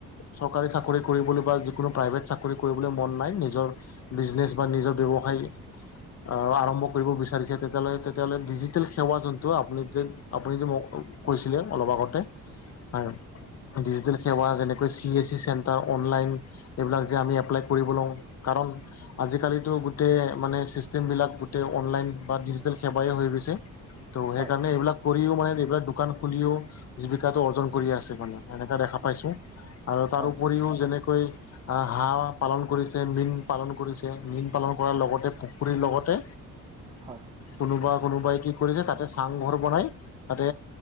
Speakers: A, on the left; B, on the right.
A: চৰকাৰী চাকৰি কৰিবলৈ বা যিকোনো প্ৰাইভেট চাকৰি কৰিবলৈ মন নাই। নিজৰ বিজনেছ বা নিজৰ ব্যৱসায় আৰম্ভ কৰিব বিচাৰিছে, তেতিয়াহ'লে তেতিয়াহ'লে ডিজিটেল সেৱা যোনটো আপুনি যে আপুনি যে মোক কৈছিলে অলপ আগতে হয়। ডিজিটেল সেৱা যেনেকৈ C S E centre online এইবিলাক যে আমি এপ্লাই কৰিব লওঁ, কাৰণ আজিকালিতো গোটেই মানে ছিষ্টেমবিলাক গোটেই অনলাইন বা ডিজিটেল সেৱাই হৈ গৈছে। ত'
B: হয়
A: সেইকাৰণে এইবিলাক কৰিও মানে এইবিলাক দোকান খুলিও জীৱিকাটো অৰ্জন কৰি আছে, মানে এনেকা দেখা পাইছো। আৰু তাৰ
B: হয়
A: উপৰিও যেনেক কৈ হাঁহ পালন কৰিছে মীন পালন কৰিছে। মীন পালন কৰাৰ লগতে পুখুৰীৰ লগতে
B: হয় হয়
A: কোনোবা কোনোবাই কি কৰিছে, তাতে চাংঘৰ বনাই তাতে